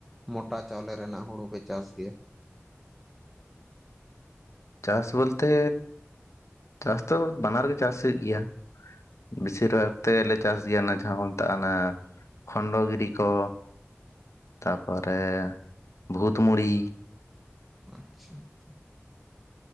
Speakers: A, in the centre; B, on the left.
A: ᱢᱚᱴᱟ ᱪᱟᱣᱞᱮ ᱨᱮᱱᱟᱜ ᱦᱩᱲᱩ ᱯᱮ ᱪᱟᱥ ᱜᱮᱭᱟ᱾
B: ᱪᱟᱥ ᱵᱚᱞᱛᱮ ᱪᱟᱥ ᱫᱚ ᱵᱟᱱᱟᱨ ᱜᱮ ᱪᱟᱥ ᱦᱩᱭᱩᱜ ᱜᱮᱭᱟ᱾ ᱵᱮᱥᱤᱨ ᱵᱷᱟᱜᱽ ᱛᱮᱞᱮ ᱪᱟᱥ ᱜᱮᱭᱟ ᱡᱟᱦᱟᱸ ᱠᱚ ᱢᱮᱛᱟᱜ-ᱟ ᱠᱷᱚᱱᱰᱚ ᱜᱤᱨᱤ ᱠᱚ ᱛᱟᱯᱚᱨᱮ ᱵᱷᱩᱛᱢᱩᱲᱤ
A: ᱟᱪᱪᱷᱟ ᱟᱪᱪᱷᱟ᱾